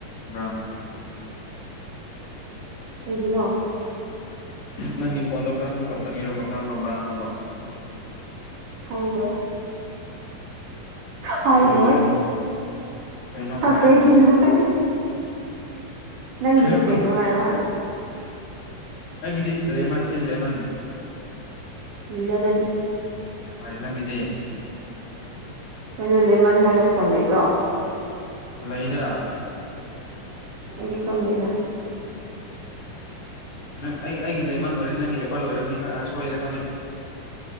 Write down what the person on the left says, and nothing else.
ꯕ꯭ꯔꯥꯟ
ꯅꯪꯒꯤ ꯐꯣꯟꯗꯣ ꯀꯔꯝꯕ ꯀꯝꯄꯅꯤꯔꯣꯕ ꯀꯔꯝꯕ ꯕ꯭ꯔꯥꯟ ꯔꯣꯕ
ꯀꯩꯅꯣ ꯀꯩꯅꯣ ꯍꯥꯏꯔꯣꯏ
ꯀꯩꯅꯣ ꯀꯝ
ꯑꯩꯒꯤꯗꯤ ꯂꯦꯃꯟꯅꯤ ꯂꯦꯃꯟ
ꯍꯣꯏ ꯅꯪꯗꯤ
ꯂꯩꯗ
ꯅꯪ ꯑꯩ ꯑꯩꯒꯤ ꯂꯦꯃꯟ ꯑꯣꯏꯔꯅꯤ ꯅꯪꯒꯤ ꯑꯦꯄꯜ ꯑꯣꯏꯝꯅꯤ ꯈ ꯁꯣꯏꯗ꯭ꯔꯥ ꯈꯪꯉꯦ <unintelligible>